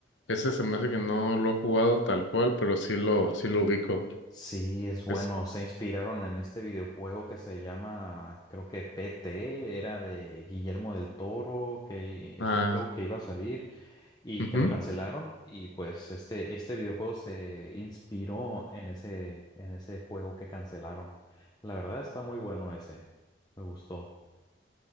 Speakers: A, on the left (about 70°); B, on the left (about 20°).
A: ese se me hace que no lo he jugado tal cual, pero sí lo, sí lo ubico.
B: sí, es bueno,
A: Es,
B: se inspiraron en este videojuego que se llama, creo que PT, era de Guillermo del Toro, que es
A: ah,
B: un juego que iba a salir. y
A: ujú.
B: que lo
A: Sí,
B: cancelaron y pues este, este videojuego se inspiró en ese, en ese juego que cancelaron. La verdad está muy bueno ese, me gustó.